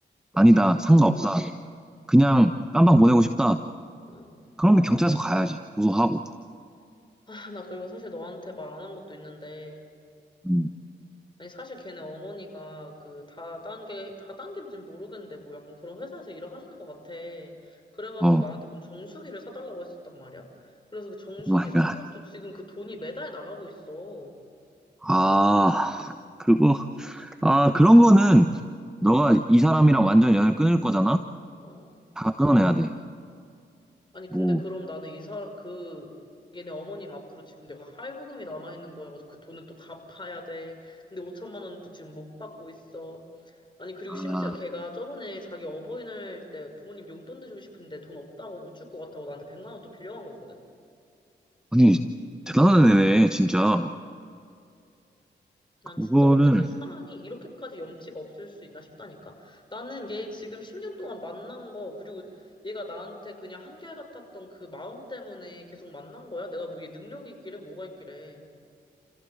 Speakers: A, on the left (about 25°); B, in the centre.
A: 그치.
B: 아니다. 상관없다. 그냥 깜방 보내고 싶다.
A: 어.
B: 그러면 경찰서 가야지. 고소하고.
A: 아, 나 그리고 사실 너한테 말 안 한 것도 있는데,
B: 음,
A: 아니, 사실 걔네 어머니가 그 다단계, 다단계인지는 모르겠는데, 뭐 약간 그런 회사에서 일을 하시는 것 같아. 그래가지고
B: 어,
A: 나한테 무슨 정수기를 사달라고 했었단 말이야? 그래서 그 정수기
B: 오 마이
A: 산
B: 갓.
A: 것도 지금 그 돈이 매달 나가고 있어.
B: 아, 그거, 아, 그런 거는 너가 이 사람이랑 완전 연을 끊을 거잖아?
A: 어.
B: 다 끊어내야 돼.
A: 아니,
B: 뭐,
A: 근데 그럼 나는 이 사람, 그, 얘네 어머님 앞으로 지금 내가 할부금이 남아있는 거여가지고 그 돈은 또 갚아야 돼. 근데 5천만 원 지금 못 받고 있어. 아니, 그리고
B: 아,
A: 심지어 걔가 저번에 자기 어버이날 때 부모님 용돈 드리고 싶은데 돈 없다고 못 줄 것 같다고 나한테 100만 원 또 빌려간 거 있거든?
B: 아니, 대단한 애네, 진짜.
A: 난
B: 그거는,
A: 진짜 어떻게 사람이 이렇게까지 염치가 없을 수 있나 싶다니까? 나는 얘 지금 10년 동안 만난 거, 그리고 얘가 나한테 그냥 한결같았던 그 마음 때문에 계속 만난 거야? 내가 뭐 얘 능력이 있길래 뭐가 있길래.